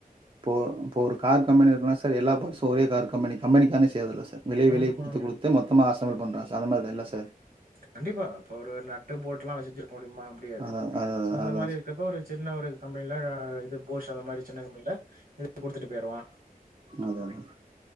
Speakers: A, on the right; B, on the right.
A: போ போரு கார் கம்பனி இருக்குன்னா சார் எல்லா பட்ஸு ஒரே கார் கம்பனிம்க்கு கம்பெனிக்கார்னே செய்றது இல்ல சார் வெளிய
B: ம்.
A: வெலிய குடுத்து குடுத்த மொத்தமா ஆஸ் சமள் பண்றா சார்அத மாரிதா இல்ல சார்
B: கண்டிப்பா இப்ப ஒரு நட்டு போட்லா வச்செஞ்சிருக்க முடியுமா முடியாது
A: அதா அதா
B: சோ அந்த
A: அதா அதா
B: மாரி இருக்ப்ப ஒரு சின்ன ஒரு சம் இது இல்ல போஷ் அந்த மாரி சின்ன கமபெனில இ குடுத்துட்டு போயிருவா
A: அத அதா